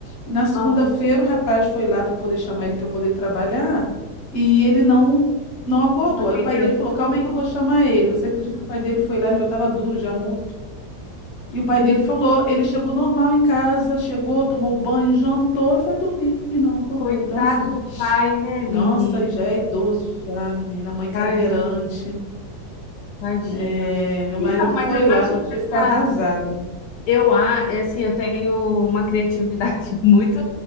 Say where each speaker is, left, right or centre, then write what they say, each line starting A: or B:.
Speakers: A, on the left (about 45°); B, on the left (about 80°).
A: E na segunda-feira
B: aham,
A: o rapaz foi lá para poder chamar ele para poder trabalhar e ele não não acordou.
B: não atendeu.
A: Aí o pai dele falou: "Calma aí que eu vou chamar ele". Você acredita que o pai dele foi lá, ele já estava duro, já morto. E o pai
B: Meu,
A: dele falou, ele chegou normal em casa, chegou, tomou banho, jantou e foi dormir e não acordou.
B: coitado
A: Então assim,
B: do pai, né, menina?
A: nossa, e já é idoso já, menina, mãe cadeirante.
B: Tad- Tadinho.
A: É, meu
B: Então,
A: marido
B: mas
A: foi
B: eu
A: lá
B: acho
A: no
B: que
A: dia,
B: essa,
A: ficou arrasado.
B: eu, a- é assim, eu tenho uma criatividade <laughs> muito,